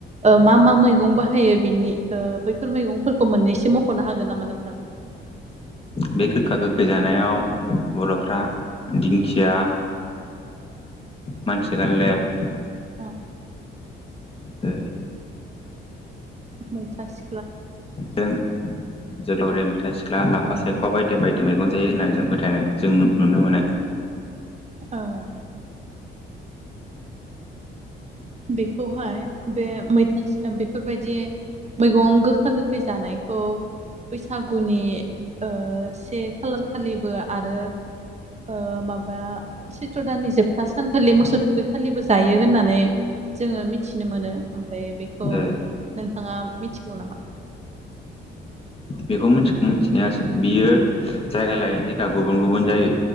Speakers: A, on the right; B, on the left.
A: ओ मा मा मैगं बाहायो बिनि ओ बैफोर मैगंफोरखौ मोननैसो मख'नो हागोन नामा नोंथां?
B: बे गोखा गोखै जानायाव बर'फ्रा दिंखिया मानसि गालदेब
A: औ
B: ओ
A: मैथासि
B: जों जोग्लावरिया मैथा सिख्ला लाफा
A: औ
B: सायख' बायदि बाय दि मैगं जायो होननानै जों फोथायनो जों नुनो मोनो
A: औ बेखौहाय बे मैथासे बेफोरबायदि <unintelligible> मैगं गोखा गोखै जानायखौ बैसागुनि ओ से खालार खालिबो आरो ओ माबा सैथ्र' दाननि जोबथा सानखालि मोसौ थुखैखालिबो जायो होननानै जोङो मिथिनो मोनो ओमफ्राय बे
B: ओ
A: नोंथाङा मिथिगौ नामा?
B: बेखौ मिनथिगौ मिथिनायासो बियो जायगा लायै जायगा गुबुन गुबुन जायो।